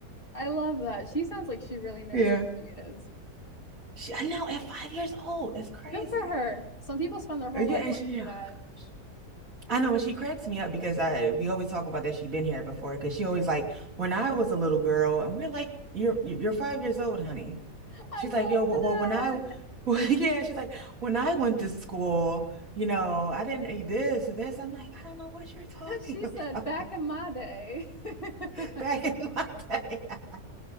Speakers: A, on the left (about 30°); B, on the right (about 50°).
A: I love that. She sounds like she really knows
B: Yeah.
A: who she is.
B: She, I know at five years old, that's crazy.
A: Good for her. Some people spend their whole
B: Uh, Yeah,
A: life
B: and
A: looking
B: she,
A: for
B: oh
A: that.
B: gosh. I know, and she cracks me up because I we always talk about that she's been here before because she always like when I was a little girl and we're like you're you're five years old, honey.
A: <laughs> I
B: She's like,
A: love
B: yo, well,
A: that.
B: well when I well, <laughs> yeah, she's like when I went to school, you know, I didn't eat this or this. I'm like, I don't know what you're talking
A: <laughs> She
B: about
A: said, back in my day. <laughs>
B: <laughs> back in my day. <laughs>